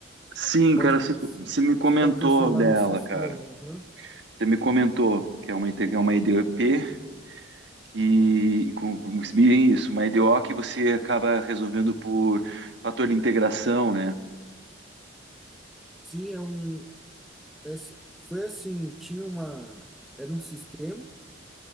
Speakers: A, on the right; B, in the centre.
A: Sim,
B: Pode,
A: cara, você,
B: você
A: você me comentou
B: pode transformar
A: dela,
B: num sistema.
A: cara.
B: né? Aham.
A: Você me comentou que é uma, inte- é uma IDP que com, com- bem isso, uma IDO que você acaba resolvendo por fator de integração, né?
B: Sim, é um. é si- foi assim, tinha uma. Era um sistema